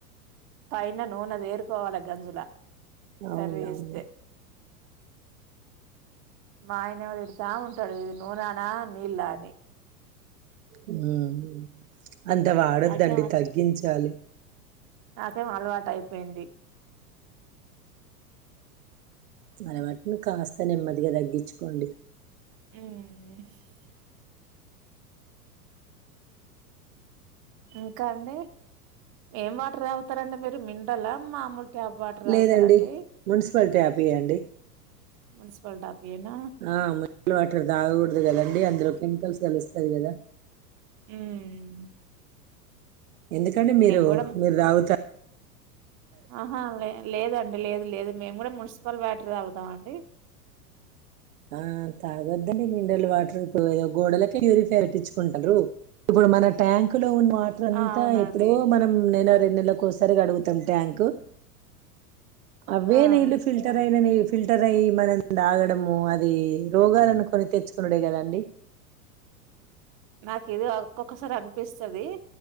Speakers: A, on the right; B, on the right.
A: పైన నూనె తేరుకోవాలె గంజుల కర్రీ
B: అవునవును
A: యేస్తే మా ఆయనేవొ తిడతా ఉంటడు ఇది నూనానా నీళ్ళ అని
B: ఉమ్ అంత వాడద్దండి
A: నాకేం
B: తగ్గించాలి
A: నాకేం అలవాటయిపోయింది
B: అలవాట్ను కాస్త నెమ్మదిగా దగ్గిచుకోండి
A: ఉమ్మ్మ్ హ్ ఇంకా అండి ఏం వాటర్ తగుతారండి మీరు మిండల మామూల్ ట్యాబ్ వాటర్
B: లేదండి
A: తగుతారా అండి
B: మున్సిపల్ ట్యాప్ ఇయ్యండి
A: మున్సిపల్ టాప్యినా
B: ఆ మిల్ వాటర్ తాగకూడదు గదండి అందులో కెమికల్స్ కలుస్తాయ్ గద
A: ఊమ్
B: ఎందుకండి మీరు
A: కూడా
B: మీర్ తాగుత్
A: అహా లే లేదండి లేదు లేదు మేము గూడ మున్సిపల్ వాటర్ యే తాగుతాం అండి
B: ఆ తాగొద్దండి మినరల్ వాటరు ఇప్పుడు ఏదో గోడలక్ ప్యూరిఫై వెట్టించ్చుకుంటారు ఇప్పుడు మన ట్యాంకు లో ఉన్న వాట్ త్రంతా
A: ఆ అవునండి
B: ఎప్పుడో మనం నెల రెండ్ నెలకోసారి కడుగుతాం ట్యాంక్ అవ్వే
A: ఆ
B: నీళ్లు ఫిల్టర్ అయిన నీ ఫిల్టర్ అయ్యి మనం తాగడము అద్ దీ రోగాలను కొని తెచ్చుకునుడే కదాండి
A: నాకేదో అ ఒక్కొక్కసారి అనిపిస్తది